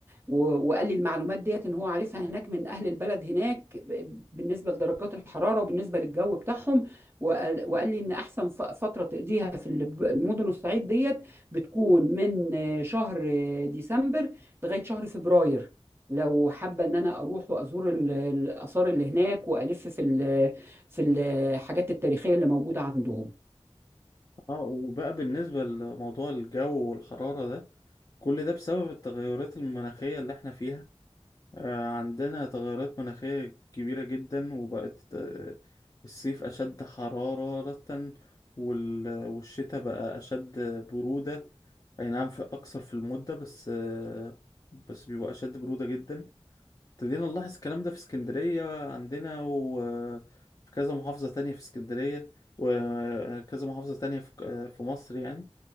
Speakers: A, on the right; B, on the left.
A: و- وقال لي المعلومات ديت ان هو عارفها هناك من اهل البلد هناك ب- بالنسبه لدرجات الحراره وبالنسبه للجو بتاعهم وقال وقال لي ان احسن ف- فتره تقضيها في الب- المدن الصعيد ديت بتكون من آه، شهر آه، ديسمبر لغايه شهر فبراير لو حابه ان انا اروح وازور ال- الاثار اللي هناك والف في ال- في الحاجات التاريخيه اللي موجوده عندهم
B: اه وبقى بالنسبة لموضوع الجو والحرارة ده كل ده بسبب التغيرات المناخية اللي احنا فيها آه، عندنا تغيرات مناخية كبيرة جدا وبقت آه، الصيف أشد حرارة وال- والشتاء بقى أشد برودة أي نعم في أكثر في المدة بس آه، بس بيبقى أشد برودة جدا ابتدينا نلاحظ الكلام ده في اسكندرية عندنا وفي كذا محافظة تانية في اسكندرية وكذا محافظة تانية في في مصر يعني